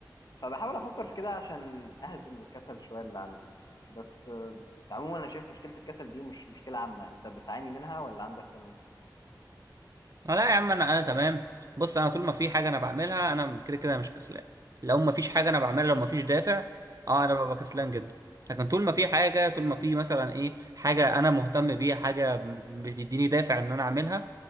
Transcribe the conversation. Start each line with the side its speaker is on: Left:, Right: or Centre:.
Left: فبحاول أفكر في كده عشان أهزم الكسل شوية اللي عندي بس آه، عموما أنا شايف مشكلة الكسل دي مش مشكلة عامة أنت بتعاني منها ولا عندك تمام؟
Right: آه، لا يا عم انا انا تمام بص انا طول ما في حاجه انا بعملها انا كده كده مش كسلان لو ما فيش حاجه انا بعملها لو ما فيش دافع اه انا ببقى كسلان جدا لكن طول ما في حاجه طول ما في مثلا ايه حاجه انا مهتم بيها حاجه بتديني دافع ان انا اعملها